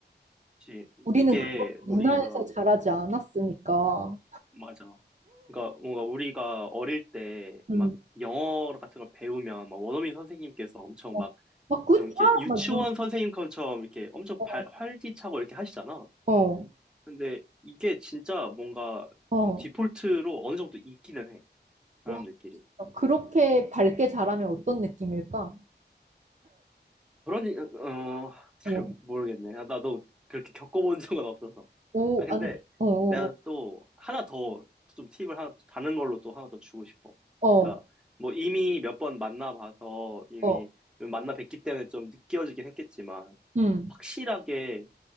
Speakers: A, in the centre; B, on the right (about 40°).
A: 그치.
B: 우리는
A: 이게
B: 그걸
A: 우리가
B: 문화에서 자라지 않았으니까.
A: 맞아. 그러니까 뭔가 우리가 어릴 때 막
B: 음.
A: 영어 같은 걸 배우면 막 원어민 선생님께서 엄청
B: 어,
A: 막
B: 막 굿샷
A: 좀 이렇게 유치원
B: 막 이런
A: 선생님처럼 이렇게 엄청
B: 거.
A: 발, 활기차고 이렇게 하시잖아.
B: 어,
A: 근데 이게 진짜 뭔가
B: 어.
A: 좀 디폴트로 어느 정도 있기는 해. 사람들끼리.
B: 와, 그렇게 밝게 자라면 어떤 느낌일까?
A: 그러니 어 잘
B: 어,
A: 모르겠네. 아, 나도 그렇게 겪어본 적은 없어서.
B: 오,
A: 아 근데
B: 아니, 어,
A: 내가
B: 어,
A: 또 하나 더 좀 팁을 하나 다른 걸로 또 하나 더 주고 싶어.
B: 어,
A: 그러니까 뭐 이미 몇 번 만나봐서 이미
B: 어, 어,
A: 만나 뵙기 때문에 좀 느껴지긴 했겠지만
B: 음,
A: 확실하게